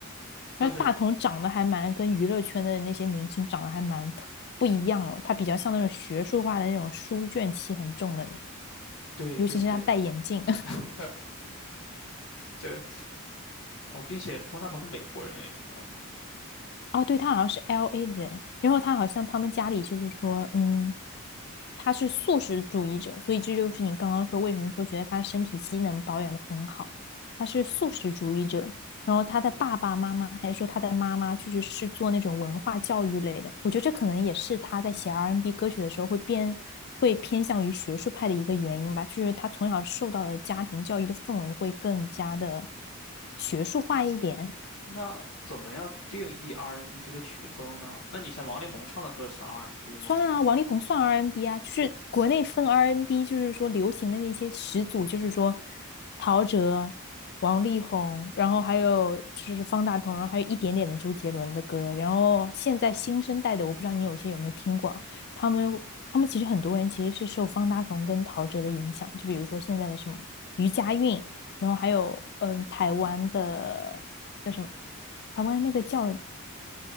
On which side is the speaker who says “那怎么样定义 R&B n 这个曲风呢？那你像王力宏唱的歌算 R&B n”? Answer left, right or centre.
Left